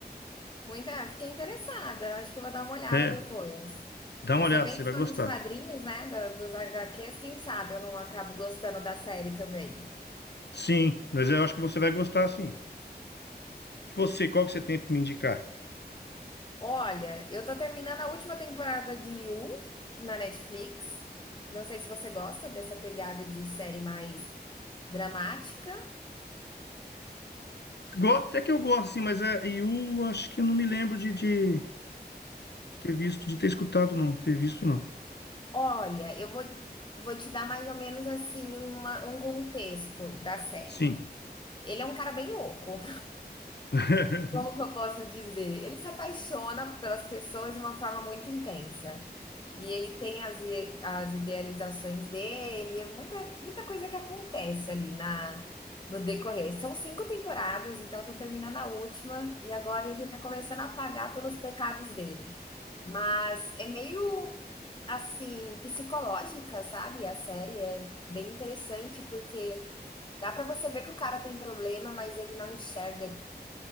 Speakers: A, on the left; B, on the left.
A: Muita, fiquei interessada, acho que eu vou dar uma olhada
B: É,
A: depois.
B: dá
A: Eu
B: uma
A: sou
B: olhada,
A: bem
B: você vai
A: fã
B: gostar.
A: dos quadrinhos, né, da- dos HQs, quem sabe eu não acabo gostando da série também.
B: Sim, mas eu acho que você vai gostar, sim. E você, qual que você tem para me indicar?
A: Olha, eu tô terminando a última temporada de You na Netflix. Não sei se você gosta dessa pegada de série mais dramática.
B: Go- Até que eu gosto, assim, mas é, eu acho que eu não me lembro de, de- de ter visto, de ter escutado, não. Ter visto, não.
A: Olha, eu vou, vou te dar mais ou menos assim uma- um contexto da série.
B: Sim.
A: Ele é um cara bem louco.
B: <laughs>
A: Como que eu posso dizer? Ele se apaixona pelas pessoas de uma forma muito intensa. E ele tem as, i- as idealizações dele, é muita, muita coisa que acontece ali na, no decorrer. São cinco temporadas, então eu tô terminando a última, e agora ele tá começando a pagar pelos pecados dele. Mas é meio assim, psicológica, sabe? A série é bem interessante porque dá pra você ver que o cara tem problema, mas ele não enxerga